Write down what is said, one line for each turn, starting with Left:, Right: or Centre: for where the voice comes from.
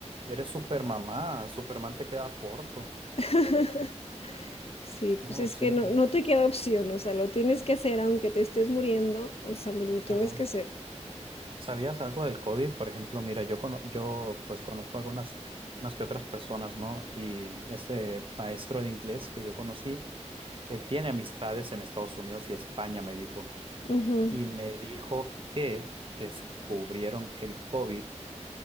Right: eres Supermamá, Superman te queda corto.
Left: <laughs> Sí, pues
Right: No,
Left: es
Right: sí,
Left: que no, no te queda opción, o sea, lo tienes que hacer aunque te estés muriendo, o sea, pues lo tienes
Right: ajá.
Left: que hacer.
Right: ¿Sabías algo del código? Por ejemplo, mira, yo cono- yo pues conozco algunas unas que otras personas, ¿no? Y este maestro de inglés que yo conocí, él tiene amistades en Estados Unidos y España, me dijo,
Left: Ujú,
Right: y me dijo que descubrieron que el COVID